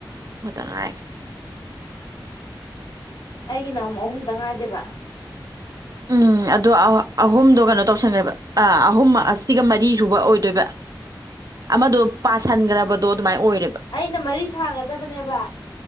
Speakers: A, on the right; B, on the left.
A: ꯉꯥꯛꯇꯪ ꯍꯥꯏꯈ꯭ꯔꯦ
B: ꯑꯩꯒꯤꯅ ꯑꯃꯨꯛ ꯑꯍꯨꯝꯇꯪ ꯉꯥꯏꯗꯣꯏꯕ
A: ꯎꯝ ꯑꯗꯣ ꯑꯍꯨꯝꯗꯣ ꯀꯩꯅꯣ ꯇꯧꯁꯟꯈ꯭ꯔꯦꯕ ꯑ ꯑꯍꯨꯝ ꯑꯁꯤꯒ ꯃꯔꯤ ꯁꯨꯕ ꯑꯣꯏꯗꯣꯏꯕ ꯑꯃꯗꯣ ꯄꯥꯁꯟꯈ꯭ꯔꯕꯗꯣ ꯑꯗꯨꯃꯥꯏꯅ ꯑꯣꯏ
B: ꯑꯩꯅ ꯃꯔꯤ ꯁꯥꯒꯗꯕꯅꯦꯕ